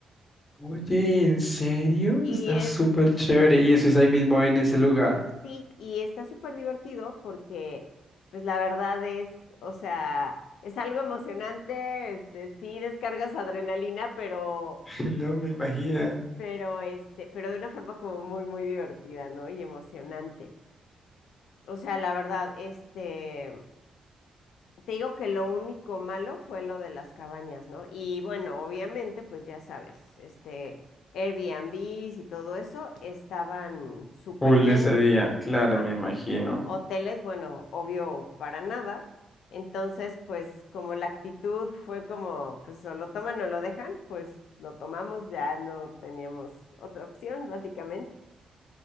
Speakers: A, on the left; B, on the left.
A: Oye, ¿en serio?
B: Y
A: Está
B: es,
A: súper chévere y eso es ahí mismo en ese lugar.
B: Sí, y está súper divertido porque, pues la verdad es, o sea, es algo emocionante, este, sí descargas adrenalina, pero,
A: <laughs> No me imagino.
B: pero, este, pero de una forma como muy, muy divertida, ¿no? Y emocionante. O sea, la verdad, este, te digo que lo único malo fue lo de las cabañas, ¿no? Y bueno, obviamente, pues ya sabes, este, Airbnbs y todo eso estaban súper
A: Full
B: llenos.
A: ese día, claro,
B: Ajá.
A: me imagino.
B: hoteles, bueno, obvio, para nada. Entonces, pues como la actitud fue como, pues o lo toman o lo dejan, pues lo tomamos, ya no teníamos otra opción, básicamente.